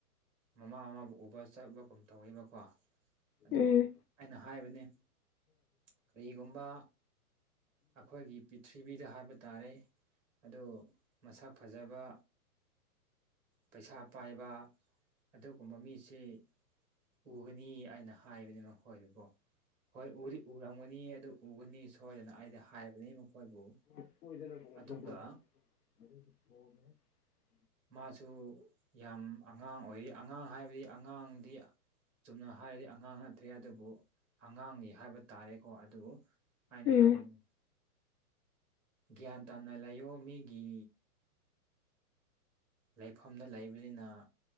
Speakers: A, in the centre; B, on the left.
A: ꯃꯃꯥ ꯃꯥꯕꯨ ꯎꯕ ꯆꯠꯄꯒꯨꯝ ꯇꯧꯋꯦꯕꯀꯣ ꯑꯗꯨ
B: ꯎꯝ
A: ꯑꯩꯅ ꯍꯥꯏꯕꯅꯦ ꯀꯔꯤꯒꯨꯝꯕ ꯑꯩꯈꯣꯏꯒꯤ ꯄꯔꯤꯊꯤꯕꯤꯗ ꯍꯥꯏꯕ ꯇꯥꯔꯦ ꯑꯗꯨ ꯃꯁꯛ ꯐꯖꯕ ꯄꯩꯁꯥ ꯄꯥꯏꯕ ꯑꯗꯨꯒꯨꯝꯕ ꯃꯤꯁꯤ ꯎꯒꯅꯤ ꯑꯩꯅ ꯍꯥꯏꯕꯅꯤ ꯃꯈꯣꯏꯗꯒꯣ ꯍꯣꯏ ꯎꯗꯤ ꯎꯔꯝꯒꯅꯤ ꯑꯗꯨ ꯎꯒꯅꯤ ꯁꯣꯏꯗꯅ ꯑꯩꯗꯤ ꯍꯥꯏꯕꯅꯤ ꯃꯈꯣꯏꯕꯨ
B: <unintelligible>
A: ꯑꯗꯨꯒ ꯃꯥꯁꯨ ꯌꯥꯝ ꯑꯉꯥꯡ ꯑꯣꯏꯔꯤ ꯑꯉꯥꯡ ꯍꯥꯏꯕꯗꯤ ꯑꯉꯥꯡꯗꯤ ꯆꯨꯝꯅ ꯍꯥꯏꯔꯗꯤ ꯑꯉꯥꯡ ꯅꯠꯇ꯭ꯔꯦ ꯑꯗꯨꯕꯨ ꯑꯉꯥꯡꯅꯤ ꯍꯥꯏꯕ ꯇꯥꯔꯦꯀꯣ ꯑꯗꯨ ꯑꯩꯅ
B: ꯎꯝ
A: ꯍꯥꯏꯕꯅꯤ ꯒ꯭ꯌꯥꯟ ꯇꯥꯅ ꯂꯩꯌꯣ ꯃꯤꯒꯤ ꯂꯩꯐꯝꯗ ꯂꯩꯕꯅꯤꯅ